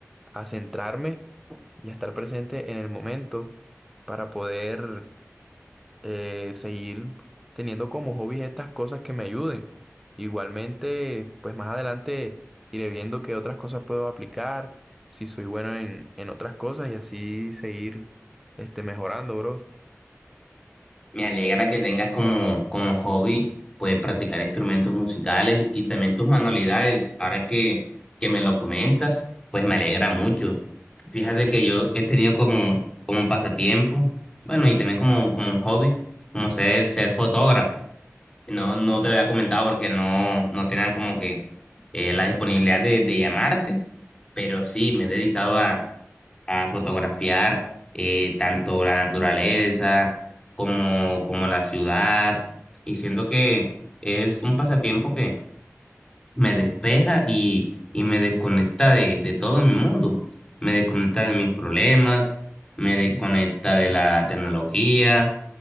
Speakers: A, in the centre; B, on the left.
A: a centrarme y a estar presente en el momento para poder eh, seguir teniendo como hobbies estas cosas que me ayuden. Igualmente, pues más adelante iré viendo qué otras cosas puedo aplicar, si soy bueno en, en otras cosas y así seguir este, mejorando, bro.
B: Me alegra que tengas como, como hobby, pues, practicar instrumentos musicales y también tus manualidades. Ahora que, que me lo comentas, pues me alegra mucho. Fíjate que yo he tenido como, como un pasatiempo, bueno, y también como, como un hobby, como ser, ser fotógrafo. No, no te lo había comentado porque no, no tenía como que eh, la disponibilidad de, de llamarte, pero sí me he dedicado a, a fotografiar eh, tanto la naturaleza como, como la ciudad y siento que es un pasatiempo que me despeja y, y me desconecta de, de todo mi mundo. Me desconecta de mis problemas, me desconecta de la tecnología,